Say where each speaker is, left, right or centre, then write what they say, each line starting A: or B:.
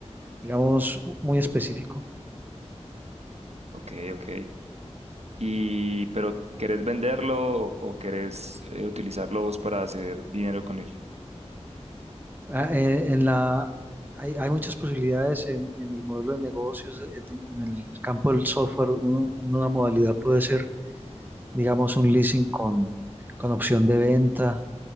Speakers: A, on the right; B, on the right.
A: digamos, muy específico.
B: Ok, ok. y pero querés venderlo o, o querés eh, utilizarlo vos para hacer dinero con él.
A: Ah, eh, en la, hay, hay muchas posibilidades en, en el modelo de negocios, eh, en, en el campo del software, un- una modalidad puede ser, digamos, un leasing con, con opción de venta